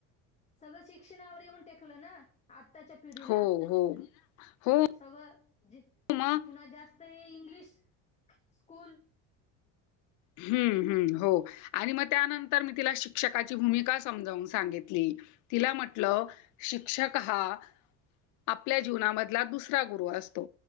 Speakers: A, on the left (about 20°); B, on the left (about 65°).
A: सगळं शिक्षणावर येऊन टेकलं ना आत आताच्या पिढीला
B: हो हो हो
A: सगळं जित..
B: मग
A: पुन्हा जास्त हे इंग्लिश स्कूल
B: हम्म हम्म हो आणि मग त्यानंतर मी तिला शिक्षकाची भूमिका समजवून सांगितली तिला म्हटलं शिक्षक हा
A: ह
B: आपल्या जीवनामधला दुसरा गुरु अस तो